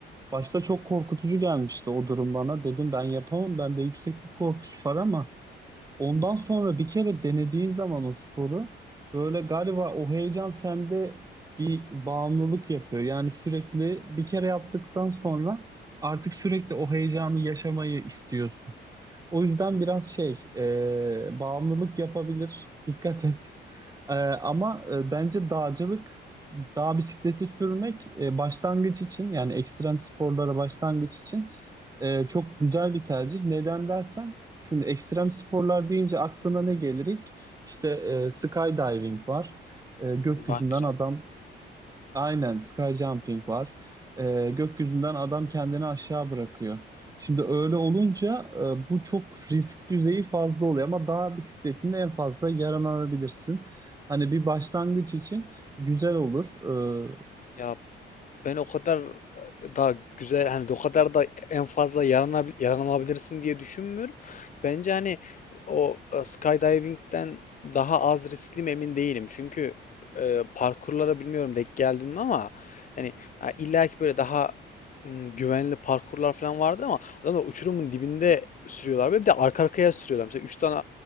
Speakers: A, on the right; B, on the left.
A: Başta çok korkutucu gelmişti o durum bana. Dedim ben yapamam. Bende yükseklik korkusu var ama ondan sonra bir kere denediğin zaman o sporu böyle galiba o heyecan sende bir bağımlılık yapıyor. Yani sürekli bir kere yaptıktan sonra artık sürekli o heyecanı yaşamayı istiyorsun. O yüzden biraz şey, e, bağımlılık yapabilir. Dikkat et. E, ama e, bence dağcılık, dağ bisikleti sürmek e, başlangıç için yani ekstrem sporlara başlangıç için e, çok güzel bir tercih. Neden dersen, şimdi ekstrem sporlar deyince aklına ne gelir ilk? İşte e, skydiving var. E, gökyüzünden
B: Bungee jump.
A: adam Aynen sky jumping var. Ee, gökyüzünden adam kendini aşağı bırakıyor. Şimdi öyle olunca e, bu çok risk düzeyi fazla oluyor ama dağ bisikletinde en fazla yaralanabilirsin. Hani bir başlangıç için güzel olur. Ee,
B: Ya Ben o kadar e, daha güzel hani o kadar da en fazla yaranabil, yaranabilirsin diye düşünmüyorum. Bence hani o e, skydiving'den daha az riskli mi emin değilim. Çünkü e, parkurlara bilmiyorum denk geldin mi ama hani ha, illa ki böyle daha m, güvenli parkurlar falan vardır ama adamlar uçurumun dibinde sürüyorlar ve bir de arka arkaya sürüyorlar. Mesela 3 tane